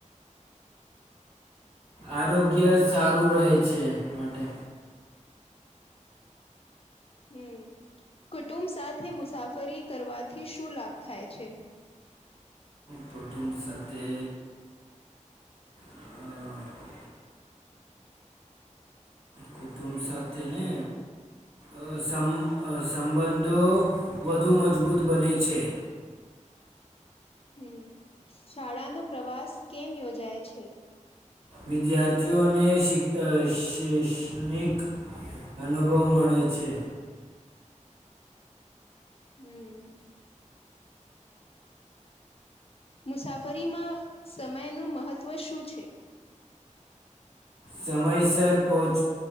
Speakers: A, on the right (about 55°); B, on the left (about 45°).
A: આરોગ્ય સારું રહે છે માટે.
B: હમ, કુટુંબ સાથે મુસાફરી કરવાથી શું લાભ થાય છે?
A: કુટુંબ સાથે અ કુટુંબ સાથે ને અ સંબંધો વધુ મજબૂત બને છે.
B: હમ શાળાનો પ્રવાસ કેમ યોજાય છે?
A: વિદ્યાર્થીઓને શિક શૈક્ષણિક અનુભવ મળે છે.
B: હમ. મુસાફરીમાં સમયનું મહત્ત્વ શું છે.
A: સમય સર પહોંચ